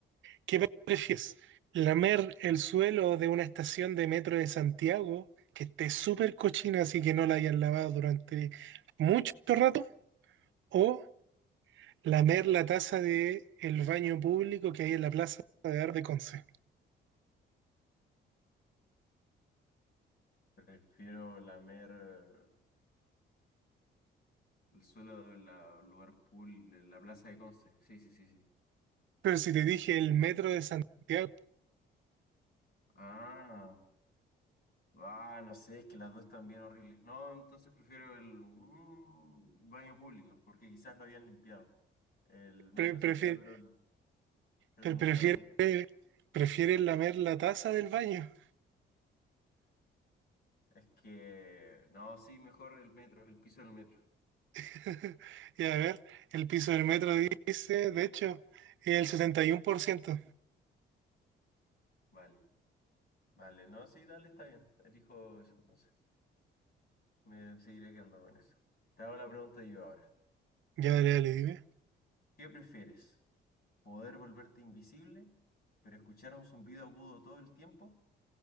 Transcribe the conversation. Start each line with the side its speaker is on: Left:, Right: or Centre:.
Right: ¿Qué pre- prefieres? ¿Lamer el suelo de una estación de metro de Santiago que esté súper cochina así que no la hayan lavado durante mucho rato? ¿O lamer la taza de el baño público que hay en la Plaza de Arde Conce?
Left: Prefiero lamer eh, el suelo del lugar pool, de la plaza de Conce. Sí, sí, sí, sí.
Right: Pero si te dije el metro de Santiago,
Left: Ah, ah, no sé, es que las dos están bien horribles. No, entonces prefiero el mm, baño público, porque quizás lo habían limpiado. El metro
Right: pre- prefiero
Left: Santiago creo, creo
Right: Pero
Left: que nunca
Right: prefiere,
Left: lo limpió.
Right: prefiere lamer la taza del baño.
Left: Es que, no, sí, mejor el metro, el piso del metro.
Right: <laughs> Y a ver, el piso del metro dice, de hecho, el setenta y uno por ciento
Left: Vale, vale, no, sí, dale, está bien. Elijo eso entonces. Me seguiré quedando con eso. Te hago la pregunta yo ahora.
Right: Ya, dale, dale, dime.
Left: ¿Qué prefieres? ¿Poder volverte invisible, pero escuchar un zumbido agudo todo el tiempo?